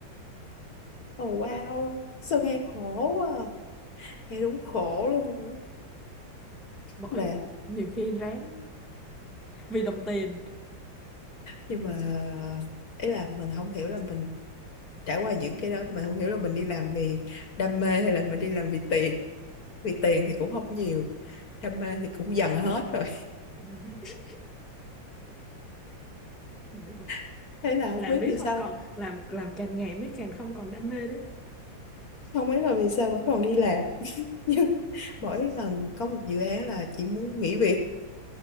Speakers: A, on the left; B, in the centre.
A: oh wow sao nghe khổ quá à. nghe đúng khổ luôn á
B: bởi
A: mà
B: nhiều khi rén vì đồng tiền
A: nhưng mà ý là mình không hiểu là mình trải qua những cái đó mình không hiểu là mình đi làm vì đam mê hay là mình đi làm vì tiền vì tiền thì cũng không nhiều đam mê thì cũng dần hết rồi
B: <laughs> bởi vậy
A: <laughs> thế là không
B: làm
A: biết
B: riết
A: vì sao
B: không còn làm làm càng ngày mới càng không còn đam mê đấy
A: không biết là vì sao vẫn còn đi làm <laughs> nhưng mỗi lần có một dự án là chỉ muốn nghỉ việc